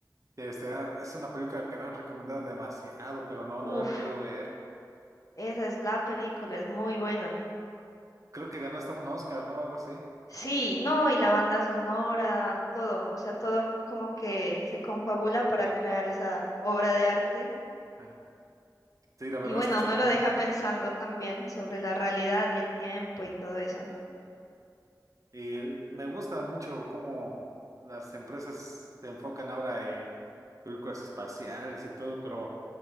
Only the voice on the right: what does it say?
Este, ah, es una película que me han recomendado demasiado, pero no, no
la he podido ver.
Creo que ganó hasta un Oscar, ¿no? Algo así.
Ajá. Sí, la verdad,
he escuchado.
Y me gusta mucho cómo las empresas se enfocan ahora en películas espaciales y todo, pero